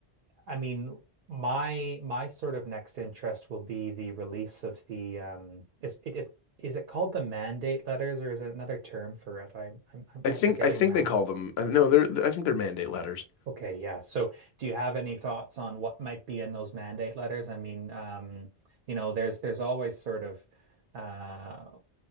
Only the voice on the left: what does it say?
I
think
I think
they call them uh, no, they're I think they're mandate letters.